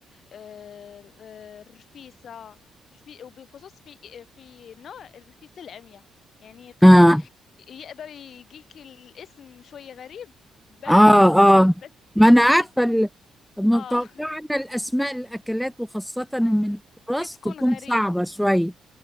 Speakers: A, on the left; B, in the centre.
A: آه، آه، الرفيسة رفي- وبالخصوص في في نوع الرفيسة العمياء يعني يقدر
B: آه
A: يقدر يجيك الاسم شوية غريب ب-
B: آه
A: بس
B: آه
A: بس
B: ما أنا
A: دي
B: عارفة
A: ال-
B: ال- متوقعة
A: اه <laughs>
B: أن الأسماء الأكلات وخاصة من
A: اه
B: التراث
A: بتكون
B: تكون
A: غريبة
B: صعبة شوية